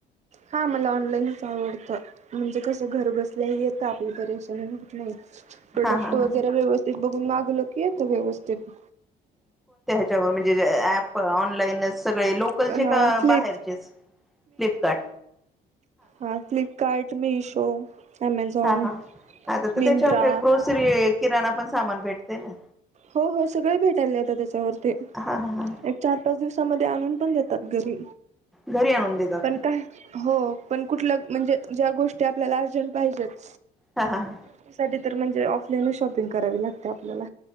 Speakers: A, on the right; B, in the centre.
A: हा मला ऑनलाईनच आवडतं, म्हणजे कसं घर बसल्याही येतं आपल्या परेशानी होत नाही. प्रोडक्ट
B: हा हा
A: वगैरे
B: हा
A: व्यवस्थित बघून मागवलं की येतं व्यवस्थित.
B: तेव्हा म्हणजे ऍप ऑनलाईन च सगळे लोकलचे
A: अ
B: का
A: फ्लिप
B: बाहेरचेच? फ्लिपकार्ट
A: हा फ्लिपकार्ट, मिशो ॲमेझॉन,
B: हा हा आाता तर
A: मिंत्रा
B: त्याच्यावर काही ग्रोसरी किराणा पण सामान भेटते ना
A: हो हो सगळे भेटायलय आता त्याच्यावरती
B: हा हा हा
A: एक चार पाच दिवसामध्ये आणून पण देत तात घरी,
B: घरी आणून देतात
A: पण काय हो पण कुठलं म्हणजे ज्या गोष्टी आपल्याला अर्जंट पाहिजेत
B: हा हा हा
A: त्यासाठी तर म्हणजे ऑफलाईनच शॉपिंग करावी लागते आपल्याला.